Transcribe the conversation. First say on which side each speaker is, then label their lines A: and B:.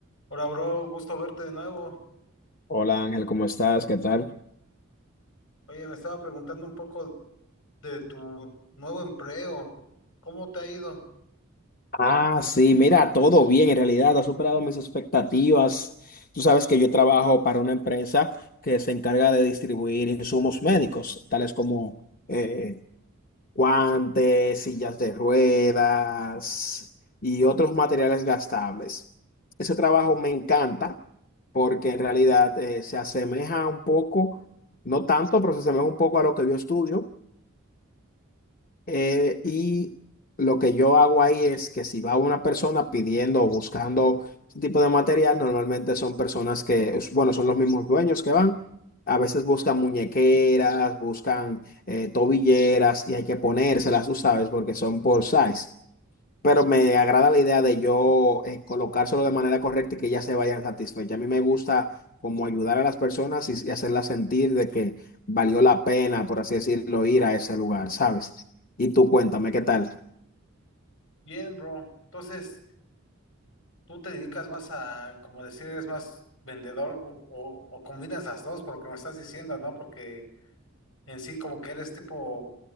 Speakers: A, on the left; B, on the left.
A: Hola, bro, gusto verte de nuevo.
B: Hola Ángel, ¿cómo estás? ¿Qué tal?
A: Oye, me estaba preguntando un poco de tu nuevo empleo. ¿Cómo te ha ido?
B: Ah, sí, mira, todo bien, en realidad ha superado mis expectativas. Tú sabes que yo trabajo para una empresa que se encarga de distribuir insumos médicos, tales como eh, guantes, sillas de ruedas y otros materiales gastables. Ese trabajo me encanta porque en realidad eh, se asemeja un poco, no tanto, pero se asemeja un poco a lo que yo estudio Eh, y lo que yo hago ahí es que si va una persona pidiendo o buscando este tipo de material, normalmente son personas que, es- bueno, son los mismos dueños que van. A veces buscan muñequeras, buscan eh, tobilleras y hay que ponérselas, tú sabes, porque son por size. Pero me agrada la idea de yo eh, colocárselo de manera correcta y que ellas se vayan satisfechas. A mí me gusta como ayudar a las personas y, y hacerlas sentir de que valió la pena, por así decirlo, ir a ese lugar, ¿sabes? Y tú cuéntame, ¿qué tal?
A: Bien, bro. Entonces, ¿tú te dedicas más a, como decir, eres más vendedor o, o- o combinas las dos por lo que me estás diciendo, ¿no? Porque en sí como que eres tipo